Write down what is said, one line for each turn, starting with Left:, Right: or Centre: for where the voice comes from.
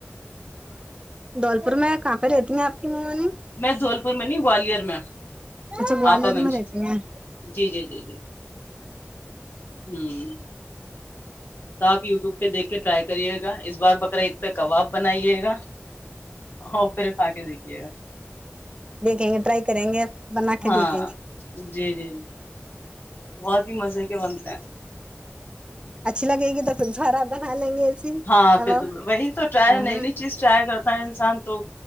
Right: دھولپور میں کہاں پہ رہتی ہیں آپ کی ممانی
Left: میں دول پور میں نہیں گوالر میں
Right: اچھا گوالر
Left: آپا منش
Right: میں رہتی ہیں
Left: جی جی جی جی ہوں تو آپ یوٹیوب پہ دیکھ کے ٹرائی کریے گا اس بار پکراید پہ کباب بنائیے گا اور پھر کھا کے دیکھیے گا
Right: دیکھیں گے ٹرائی کریں گے بنا کے
Left: ہاں
Right: دیکھیں گے
Left: جی جی بہت ہی مزے کے بنتے ہیں
Right: اچھی لگ گی تو پھر خراب بنا لیں گے ایسی
Left: ہاں
Right: کباب
Left: پھر تو وہی تو رائی
Right: ہوں
Left: نئی نئی چیز ٹرائی کرتا ہے انسان تو